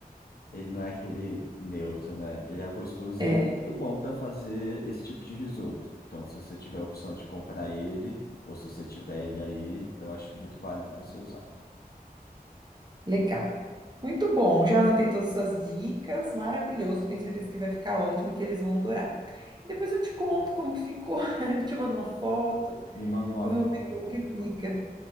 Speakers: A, on the left; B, on the right.
A: Ele não é aquele neutro, né? Ele é gostoso
B: é,
A: e ele é muito bom para fazer esse tipo de risoto. Então, se você tiver a opção de comprar ele, ou se você tiver ele aí, eu acho muito válido você usar.
B: legal. Muito bom, já anotei todas as suas dicas, maravilhoso, tenho certeza que vai ficar ótimo e que eles vão adorar. E depois eu te conto como que ficou, <laughs> te mando uma foto,
A: Me manda uma
B: vamos
A: foto
B: ver como
A: para
B: que
A: ver
B: fica.